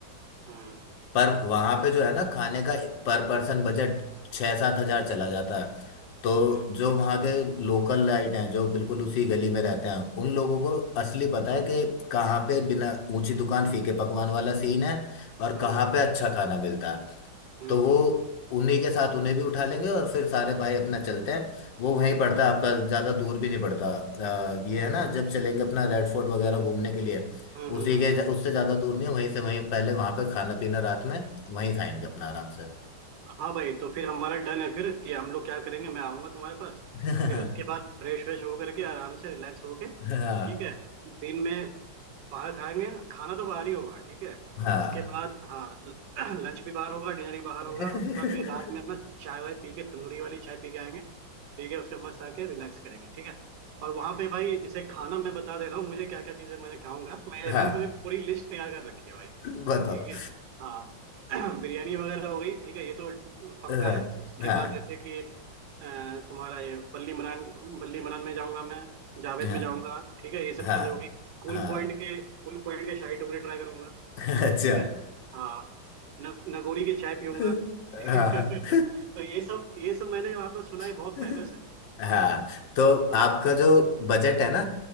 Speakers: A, on the right (about 65°); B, on the left (about 65°).
A: हम्म
B: पर वहां पे जो है ना खाने का पर पर्सन बजट छः सात हजार चला जाता है तो
A: हम्म
B: जो वहाँ के लोकल लाइट हैं जो बिल्कुल उसी गली में रहते हैं उन लोगों को असली पता है कि कहाँ पे बिना ऊंची दुकान फीके पकवान वाला सीन है और
A: हम्म
B: कहाँ पे अच्छा खाना मिलता है
A: हम्म
B: तो वो
A: हम्म,
B: उन्हीं के साथ उन्हें भी उठा लेंगे और फिर सारे भाई अपना चलते हैं वो वहीं पड़ता है आपका ज़्यादा दूर भी नहीं पड़ता अ, ये है ना जब चलेंगे अपना रेड फोर्ट वगैरह घूमने के लिए
A: हम्म, हम्म,
B: उसी
A: हम्म।
B: के उससे ज़्यादा दूर नहीं है, वहीं से वहीं पहले वहाँ पे खाना पीना रात में वहीं खाएंगे अपना आराम से
A: हाँ भाई तो फिर हमारा डन है फिर कि हम लोग क्या करेंगे मैं आऊंगा तुम्हारे पास
B: <laughs>
A: फिर उसके बाद फ्रेश व्रेश होकर के आराम से रिलैक्स होके ठीक
B: हाँ
A: है दिन में बाहर खाएंगे खाना तो बाहर ही होगा ठीक है
B: हाँ
A: उसके बाद हाँ <clears throat> लंच भी बाहर होगा डिनर भी बाहर
B: <laughs>
A: होगा उसके बाद फिर रात में अपना चाय वाय पी के तंदूरी वाली चाय पी के आएंगे ठीक है उसके मस्त आके रिलैक्स करेंगे ठीक है और वहां पे भाई इसे खाना मैं बता दे रहा हूँ मुझे क्या क्या चीजें मैं खाऊंगा मैं
B: हाँ
A: मैंने पूरी पूरी लिस्ट तैयार कर रखी है भाई
B: <laughs> बताओ
A: ठीक है हाँ <clears throat> बिरयानी वगैरह हो गई ठीक है ये तो पक्का
B: हाँ
A: है उसके
B: हाँ
A: बाद जैसे कि अ, तुम्हारा ये बल्ली मरान बल्ली मरान में जाऊंगा मैं जावेद
B: हाँ
A: में जाऊंगा ठीक है ये सब
B: हाँ
A: चीजें हो गई कूल
B: हाँ
A: पॉइंट के कूल पॉइंट के शाही टुकड़े ट्राई करूंगा
B: <laughs>
A: ठीक
B: अच्छा
A: है हाँ न, नगोरी की चाय पीऊंगा
B: <laughs>
A: <laughs>
B: हाँ
A: तो ये सब ये सब मैंने आपने सुना है
B: <laughs>
A: बहुत फेमस है
B: हाँ
A: हाँ
B: तो आपका
A: हाँ।
B: जो बजट है ना